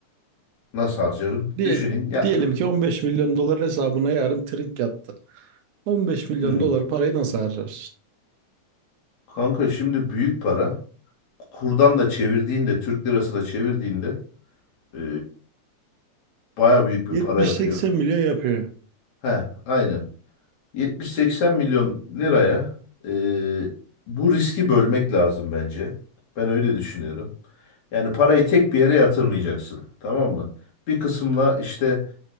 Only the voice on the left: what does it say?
Nasıl harcarım?
Düşüneyim ya.
Hmm.
Kanka şimdi büyük para. Kurdan da çevirdiğinde, Türk lirasına çevirdiğinde e, baya büyük bir
para yapıyor.
Heh, aynen. 70-80 milyon liraya e, bu riski bölmek lazım bence. Ben öyle düşünüyorum. Yani parayı tek bir yere yatırmayacaksın. Tamam mı? Bir kısımla işte